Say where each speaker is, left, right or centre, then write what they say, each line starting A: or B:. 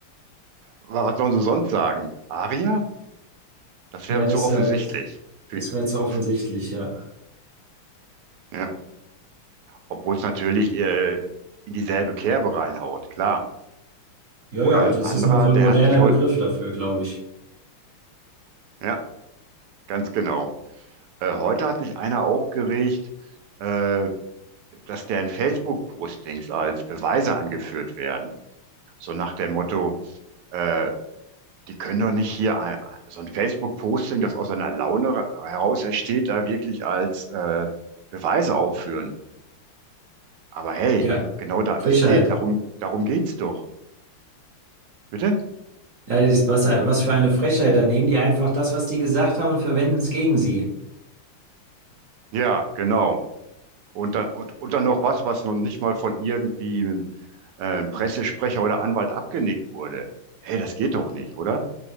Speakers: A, on the right; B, on the right.
A: was sollen sie sonst sagen? Aria? Das wäre
B: Ja,
A: zu
B: das,
A: offensichtlich.
B: äh, das,
A: Für-
B: das
A: <laughs>
B: wäre zu offensichtlich, ja.
A: Ja. Obwohl es natürlich äh, in dieselbe Kerbe reinhaut, klar.
B: Ja,
A: Oder
B: ja,
A: ein
B: das
A: anderer,
B: ist nur so ein
A: der
B: moderner
A: hat sich heute,
B: Begriff dafür, glaube ich.
A: ja, ganz genau. Äh, heute hat sich einer aufgeregt, äh, dass deren Facebook-Postings als Beweise angeführt werden. So nach dem Motto, äh, die können doch nicht hier ein, so ein Facebook-Posting, das aus einer Laune ra- heraus entsteht, da wirklich als äh, Beweise aufführen. Aber hey,
B: Ja,
A: genau da,
B: Frechheit.
A: das geht, darum, darum geht's doch. Bitte?
B: Ja, das ist was, was für eine Frechheit.
A: Was?
B: Dann nehmen die einfach das, was die gesagt haben und verwenden es gegen sie.
A: Ja, genau. Und dann, und, und dann noch was, was noch nicht mal von irgendwie äh, einem äh, Pressesprecher oder Anwalt abgenickt wurde. Hey, das geht doch nicht, oder?